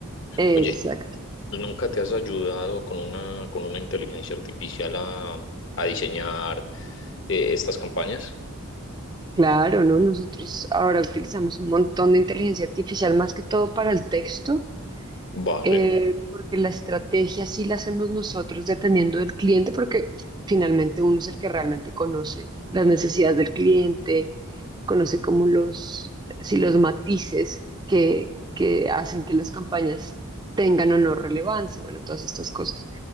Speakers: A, on the right (about 20°); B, on the left (about 55°).
A: exacto.
B: Oye, ¿Nunca te has ayudado con una, con una inteligencia artificial a, a diseñar eh, estas campañas?
A: Claro, ¿no? Nosotros ahora utilizamos un montón de inteligencia artificial más que todo para el texto
B: Vale.
A: eh, porque la estrategia sí la hacemos nosotros dependiendo del cliente, porque finalmente uno es el que realmente conoce las necesidades del cliente, conoce como los, si los matices que, que hacen que las campañas tengan o no relevancia, bueno, todas estas cosas.